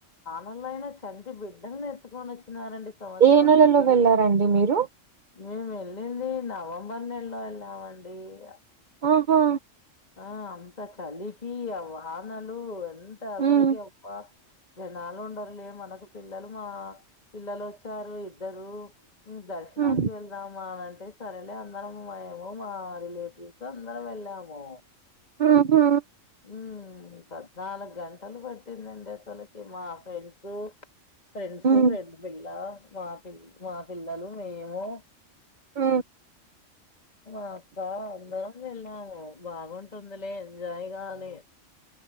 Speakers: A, on the left; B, on the right.
A: మళ్ళ ఈడ చంటి బిడ్డల్ని ఎత్తుకొని ఒచ్చినారండి సంవత్సరం
B: ఏ నెలలో
A: పిల్లలను
B: వెళ్ళారండి మీరు
A: మేం వెళ్ళింది నవంబర్ నెల్లో వెళ్ళామండి అ
B: ఒహో
A: ఆ అంత చలికీ ఆ వానలు ఎన్ ఎంత అసలుకి
B: హ్మ్
A: అబ్బ జనాలు ఉండరులే మనకు పిల్లలు మా పిల్లలు వచ్చారు ఇద్దరూ దర్శనానికి
B: హ్మ్
A: వెళ్దామా అని అంటే టే సరేలే అందరము మేమూ మా రిలేటివ్స్ అందరం వెళ్ళాము
B: <unintelligible>
A: ఊ పద్నాలుగు గంటలు పట్టిందండి అసలకి మా ఫ్రెండ్స్ ఫ్రెండ్స్
B: హ్మ్
A: ఫ్రెండ్ పిల్లా మా పిల్ మా పిల్లలు మేము
B: ఉ
A: మా అక్కా అందరం వెళ్ళాము బాగుంటుందిలే ఎంజాయ్ గా అని